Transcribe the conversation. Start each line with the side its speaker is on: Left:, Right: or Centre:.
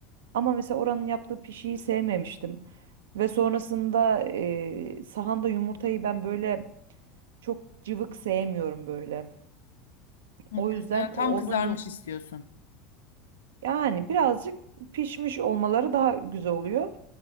Right: Ama mesela oranın yaptığı pişiyi sevmemiştim. Ve sonrasında e, sahanda yumurtayı ben böyle çok cıvık sevmiyorum böyle.
Left: Hı,
Right: O
Left: Kız,
Right: yüzden
Left: yani tam
Right: onun
Left: kızarmış
Right: yum
Left: istiyorsun.
Right: yani birazcık pişmiş olmaları daha güzel oluyor.